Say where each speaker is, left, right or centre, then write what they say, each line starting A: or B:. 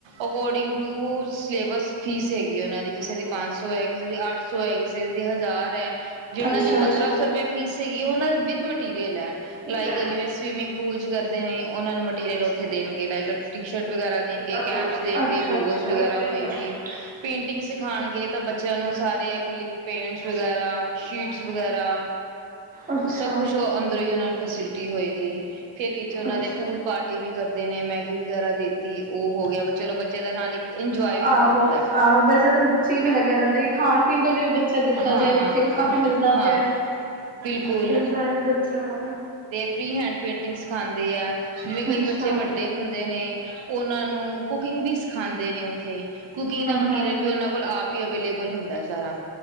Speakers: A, on the right; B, on the right.
A: ਅਕੋਰਡਿੰਗ ਟੂ ਸਿਲੇਬਸ ਫੀਸ ਹੈਗੀ ਉਹਨਾਂ ਦੀ ਕਿਸੇ ਦੀ ਪੰਜ ਸੌ ਹੈ ਕਿਸੇ ਦੀ ਅੱਠ ਸੌ ਹੈ ਕਿਸੇ ਦੀ ਹਜ਼ਾਰ ਹੈ ਜਿਨਾਂ
B: ਅੱਛਾ
A: ਦੀ ਪੰਦਰਾਂ
B: ਅੱਛਾ
A: ਸੌ ਰੁਪਏ ਫੀਸ ਹੈਗੀ ਉਹਨਾਂ ਵਿਦ ਮਟੀਰੀਅਲ ਹੈ
B: ਅੱਛਾ
A: ਲਾਇਕ ਜਿਵੇਂ ਸਵੀਮਿੰਗ ਪੂਲ ਚ ਕਰਦੇ ਨੇ ਉਹਨਾਂ ਨੂੰ ਮਟੀਰੀਅਲ ਉੱਥੇ ਦੇਣਗੇ ਲਾਈਕ ਟੀ ਸ਼ਰਟ ਵਗੈਰਾ ਦੇਣਗੇ
B: ਅੱਛਾ
A: ਕੈਪਸ ਦੇਣਗੇ
B: ਅੱਛਾ
A: ਗੂਗਲਸ ਵਗੈਰਾ ਹੋਏਗੀ ਪੇਂਟਿੰਗ ਸਿਖਾਉਣਗੇ ਤਾਂ ਬੱਚਿਆਂ ਨੂੰ ਸਾਰੇ ਇੱਕ ਲਿਖ ਪੈਂਟਸ ਵਗੈਰਾ ਸ਼ੀਟਸ ਵਗੈਰਾ
B: ਅੱਛਾ,
A: ਸਭ ਕੁਛ ਅੰਦਰੋਂ ਹੀ ਉਹਨਾਂ ਨੂੰ ਫੈਸਿਲਿਟੀ ਹੋਏਗੀ <unintelligible> ਹੋਏਗੀ ਫੇਿਰ ਵਿੱਚ ਉਹਨਾਂ
B: ਅੱਛਾ।
A: ਦੇ ਪੁਲ ਪਾਰਟੀ ਵੀ ਕਰਦੇ ਨੇ ਮੈਗੀ ਵਗੈਰਾ ਦੇਤੀ ਉਹ ਹੋ ਗਿਆ ਵ ਚਲੋ ਬੱਚੇ ਦਾ ਨਾਲ ਇੱਕ ਇੰਜੋਏ ਵੀ
B: ਆਹੋ
A: ਹੋ ਜਾਂਦਾ
B: ਆਹੋ ਬਦੀ ਵੀ ਲੱਗਿਆ ਰਹਿੰਦਾ ਕਿ ਖਾਣ ਪੀਣ ਦਾ ਜਿਵੇਂ ਬੱਚਾ ਦਿੱਤਾ
A: ਹਾਂ
B: ਜਾਏ ਉੱਥੇ
A: ਹਾਂ
B: ਕਾਫ਼ੀ ਮਿਲਦਾ
A: ਹਾਂ
B: ਪਿਆ ਹੈ
A: ਬਿਲਕੁਲ
B: ਤਿੰਨ ਬੱਚਾ ਸ
A: ਫਰੀ ਹੈਂਡ ਪੇਂਟਿੰਗ ਸਿਖਾਉਂਦੇ ਹੈ ਜਿਵੇਂ ਕਈ
B: ਅੱਛਾ
A: ਬੱਚੇ
B: ਹੂੰ
A: ਵੱਡੇ ਹੁੰਦੇ ਨੇ ਉਹਨਾਂ ਨੂੰ ਕੁਕਿੰਗ ਵੀ ਖਾਂਦੇ ਨੇ ਉੱਥੇ ਕੁਕਿੰਗ ਦਾ ਮਟੀਰੀਅਲ
B: ਹੂੰ
A: ਵੀ ਉਹਨਾਂ ਕੋਲ ਆਪ ਅਵੇਲੇਬਲ ਹੁੰਦਾ ਸਾਰਾ